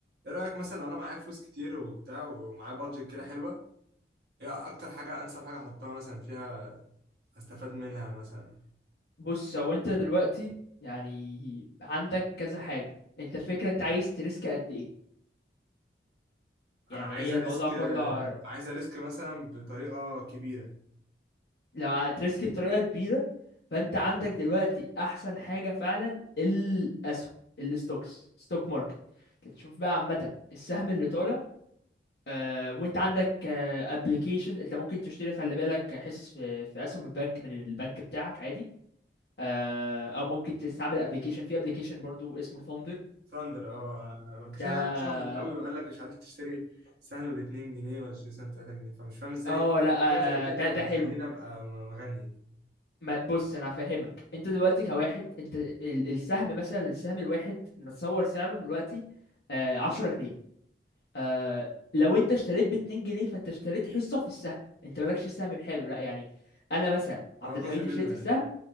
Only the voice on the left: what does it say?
بص هو انت دلوقتي يعني عندك كذا حاجة انت الفكرة انت عايز تريسك قد ايه يعني
هي الموضوع
كله
ع-
لو ع- تريسك بطريقة كبيرة فانت عندك دلوقتي احسن حاجة فعلا الاسهم الستوكس ستوك ماركت تشوف بقى عامة السهم اللي طالع آه، وانت عندك ابلكيشن انت ممكن تشتري خلي بالك حصص في في اسهم البنك من البنك بتاعك عادي آه، او ممكن تستعمل ابلكيشن في ابلكيشن برضو اسمه ثاندر
ده
اه لا
آه، ده
ده حلو
ما- بص انا هفهمك انت دلوقتي كواحد انت ال- السهم مثلا السهم الواحد نتصور سعره دلوقتي آه عشرة جنيه آه، لو انت اشتريت باتنين جنيه فانت اشتريت حصة في السهم انت مالكش السهم بحاله لا يعني انا مثلا
عبد الحميد
اشتريت
السهم